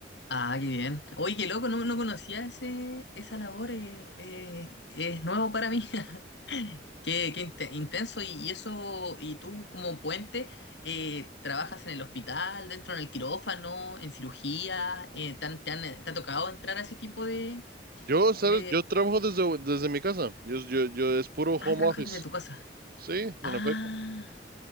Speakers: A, on the left; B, on the right.
A: Ah, qué bien. Oye, qué loco, no, no conocía ese, esa labor, eh, eh, es nuevo para mí. <laughs> Qué, qué inte- intenso, y, y eso, y tú como puente, eh, trabajas en el hospital, dentro del quirófano, en cirugía, eh, ¿te han- te han- te ha tocado entrar a ese tipo de,
B: Yo, ¿sabes?
A: de...
B: Yo trabajo desde, desde mi casa. Yo, yo, yo es puro home
A: Ah, trabajas
B: office.
A: desde tu casa.
B: Sí, en
A: Ah,
B: efecto.